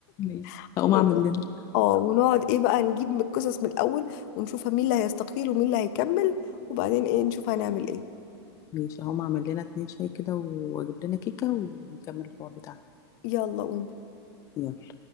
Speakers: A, on the left (about 25°); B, on the left (about 45°).
A: ماشي
B: <laughs>
A: هقوم
B: ونقعد-
A: اعمل لنا
B: اه ونقعد ايه بقى نجيب من القصص من الأول ونشوفها مين اللي هيستقيل ومين اللي هيكمل وبعدين ايه نشوف هنعمل ايه
A: ماشي هقوم اعمل لنا اتنين شاي كده واجيب لنا كيكة ونكمل الحوار بتاعنا
B: يلا قوم
A: يلا